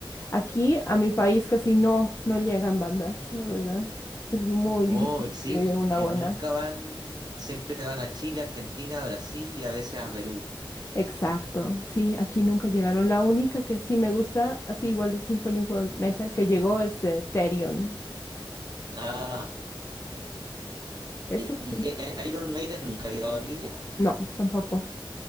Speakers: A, on the left (about 30°); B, on the right (about 55°).
A: Aquí a
B: sí.
A: mi país casi no, no llegan bandas, la verdad. Es muy
B: Oh,
A: difícil
B: sí,
A: que llegue
B: eh,
A: una
B: eh,
A: buena.
B: nunca van, siempre van a Chile, Argentina, Brasil y a veces a Perú
A: Exacto, sí, aquí nunca llegaron. La única que sí me gusta, así igual de Symphony Wa- Metal que llegó es eh, Therion.
B: Ah,
A: Esa
B: ¿y, y-
A: sí.
B: y- eh, eh, Iron Maiden nunca ha ido a Bolivia?
A: No, tampoco.